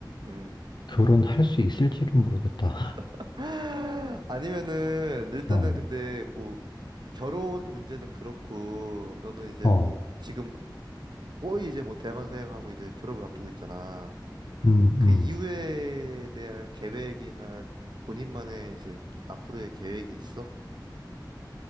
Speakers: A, on the right (about 65°); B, on the left (about 70°).
A: 음.
B: 결혼할 수 있을지는 모르겠다.
A: <laughs> 아니면은, 일단은
B: <laughs> 어.
A: 근데 뭐, 결혼 문제는 그렇고, 너는 이제
B: 어.
A: 뭐, 지금 거의 이제 뭐, 대학원생하고 이제 졸업을 앞두고 있잖아.
B: 음,
A: 그
B: 음.
A: 이후에 대한 계획이나 본인만의 이제 앞으로의 계획이 있어?